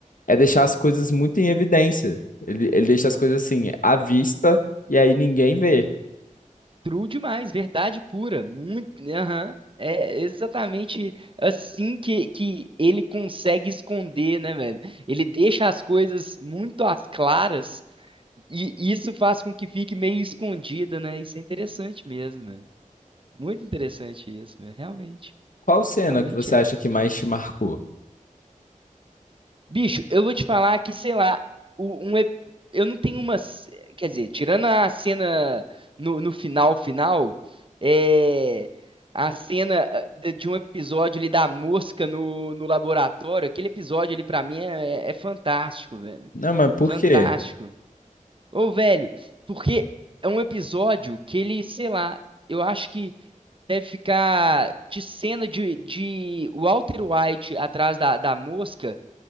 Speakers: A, on the left; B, on the right.
A: é deixar as coisas muito em evidência. Ele, ele deixa as coisas assim, à vista, e aí ninguém vê.
B: True demais, verdade pura, muito, aham. É exatamente assim que, que ele consegue esconder, né, velho? Ele deixa as coisas muito às claras e isso faz com que fique meio escondida, né? Isso é interessante mesmo, velho. Muito interessante isso, velho. Realmente,
A: Qual cena
B: realmente
A: que você
B: é.
A: acha que mais te marcou?
B: Bicho, eu vou te falar que, sei lá, o- um, ep- eu não tenho uma. ce- Quer dizer, tirando a cena no, no final, final, é. A cena ah, de de um episódio ali da mosca no, no laboratório, aquele episódio ali pra mim é, é fantástico, velho.
A: Não, mas por
B: Fantástico.
A: quê?
B: Ô, velho, porque é um episódio que ele, sei lá, eu acho que deve ficar de cena de, de Walter White atrás da, da mosca